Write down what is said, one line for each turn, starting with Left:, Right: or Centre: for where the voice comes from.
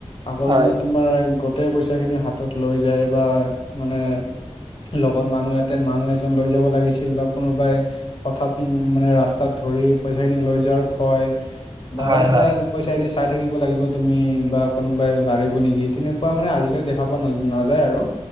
Left: আগৰ
Right: হয়
Left: দিনত তোমাৰ গোটেই পইচা খিনি হাতত লৈ যায় বা মানে, লগত মানুহ এট- তাতে মানুহ এজন লৈ যাব লাগিছিল বা কোনোবাই হঠাৎ উম মানে ৰাস্তাত ধৰি পইচাখিনি লৈ যোৱাৰ ভয়। বা
Right: হয়
Left: এনেকুৱা
Right: হয়
Left: পইচাখিনি চাই থাকিব লাগিব তুমি বা কোনোবাই লাৰিব নেকিত তেনেকুৱা মানে আজিকালি দেখা পোৱা না নাযায় আৰু